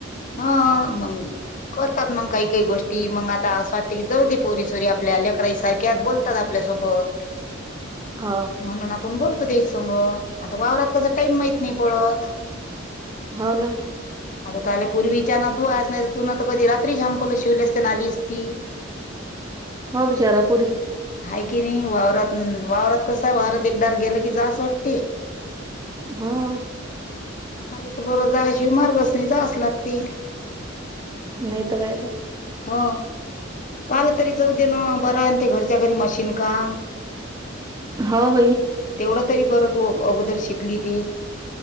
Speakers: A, on the left (about 40°); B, on the right (about 20°).
A: हा मंग करतात मंग काइ काइ गोष्टी मग आता असं वाटते की जऊ दे पोरीसोरी आपल्या लेकराईसरतात बोलत तर आपल्यासोबत
B: हो
A: म्हणून आपण बोलतो ते सग आता वावरात कसा टाइम माहत नाही पळत <unintelligible>
B: <unintelligible>
A: आता तले पूर्वीच्या ना तू नाही तू न तर कधी रात्री झांपलं शिवलस्न आलीच ती
B: हो बिचाऱ्यात
A: हाय की नाइ वावरात वावरात कस आहे वावरात एकबार गेलं की जावास वाटते
B: हम्म
A: आम्हाला तर बरो जाशि मार्गस नाही जा अस लागते
B: नाहीत कायत
A: हो पालं तरी जाऊ दे ना बरा आहे ते घर का
B: हो बाई
A: तेव त बद श बगली ते